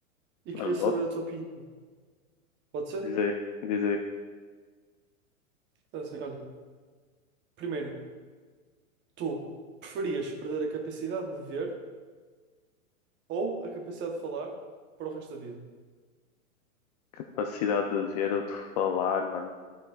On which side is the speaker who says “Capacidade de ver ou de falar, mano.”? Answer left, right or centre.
Left